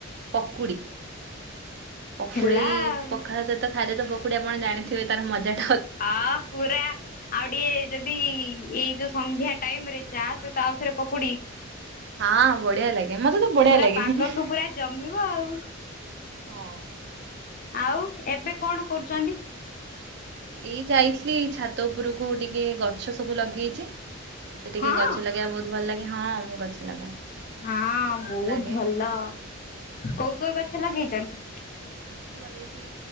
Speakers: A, on the right; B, on the left.
A: ପକୁଡି। ପକୁଡି
B: ହେଲା ଆଉ
A: ପଖାଳ ସହିତ ଖାଇଲେ ତ ପକୁଡି ଆପଣ ଜାଣିଥିବେ ତାର ମଜା
B: ହଁ ପୁରା ଆଉ ଟିକେ ଯଦି ଏଇ ଯୋଉ ସନ୍ଧ୍ୟା ଟାଇମ ରେ ଚା ସହିତ ଆଉ ଥରେ ପକୁଡି
A: ହଁ ବଢିଆ ଲାଗେ ମତେ ତ ବଢିଆ
B: ପୁରା
A: ଲାଗେ।
B: ପାଗକୁ
A: ହଁ।
B: ପୁରା ଜମିବ ଆଉ ଆଉ ଏବେ କଣ କରୁଛନ୍ତି?
A: ଏଇ ଯାଇଥିଲି ଛାତ ଉପରକୁ ଟିକେ ଗଛ ସବୁ ଲଗେଇଛି। ମତେ ଟିକେଏ
B: ହଁ
A: ଗଛ ଲଗେଇବା ବହୁତ ଭଲ ଲାଗେ ହଁ ମୁଁ ଗଛ ଲଗାଏ।
B: ହଁ
A: ମତେ ଭଲ
B: ବହୁତ
A: ଲାଗେ।
B: ଭଲ କୋଉ କୋଉ ଗଛ ଲଗେଇଛନ୍ତି?
A: ମୁଁ ଲଗେଇଛି